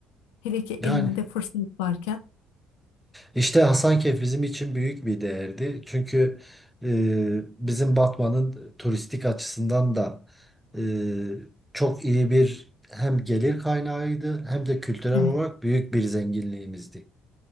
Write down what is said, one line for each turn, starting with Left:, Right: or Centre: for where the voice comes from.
Left: Hele ki elinde
Centre: Yani.
Left: fırsat varken.
Centre: İşte Hasankeyf bizim için büyük bir değerdi. Çünkü e, bizim Batman'ın turistik açısından da e, çok iyi bir hem gelir kaynağıydı hem de kültürel
Left: Evet,
Centre: olarak büyük bir zenginliğimizdi.